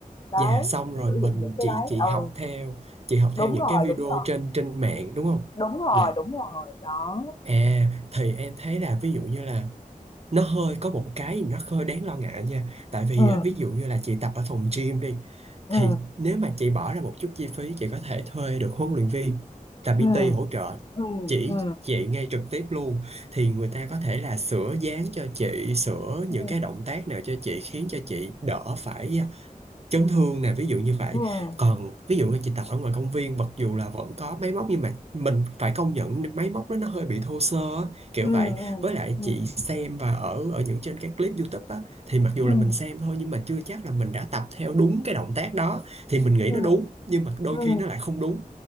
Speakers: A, on the left; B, on the right.
A: đấy
B: dạ xong
A: mình
B: rồi
A: sử
B: mình
A: dụng những cái
B: chị
A: đấy
B: chị
A: ừ
B: học theo chị học
A: đúng
B: theo những
A: rồi
B: cái video
A: đúng rồi
B: trên trên mạng đúng không?
A: đúng rồi
B: Dạ.
A: đúng rồi đó
B: À thì em thấy là ví dụ như là nó hơi có một cái nó hơi đáng lo ngại nha tại vì
A: ừ
B: á, ví dụ như là chị tập ở phòng gym đi
A: ừ
B: thì nếu mà chị bỏ ra một chút chi phí chị có thể thuê được huấn luyện viên là PT
A: ừ
B: hỗ trợ
A: ừ
B: chỉ
A: ừ
B: chị ngay trực tiếp luôn thì người ta có thể là sửa dáng cho chị sửa
A: ừ
B: những cái động tác nào cho chị khiến cho chị đỡ phải chấn thương nè ví dụ như vậy
A: ừ ừ
B: còn ví dụ như chị tập ở ngoài công viên mặc dù là vẫn có máy móc nhưng mà mình phải công nhận máy móc đó nó hơi bị thô sơ á, kiểu
A: ừ
B: vậy với lại
A: ừ
B: chị xem và ở ở những trên cái clip YouTube á thì mặc dù
A: ừ
B: là
A: ừ
B: mình xem thôi nhưng mà chưa chắc là mình đã tập theo đúng cái động tác đó thì mình nghĩ
A: ừ
B: nó đúng nhưng mà đôi
A: ừ
B: khi nó lại không đúng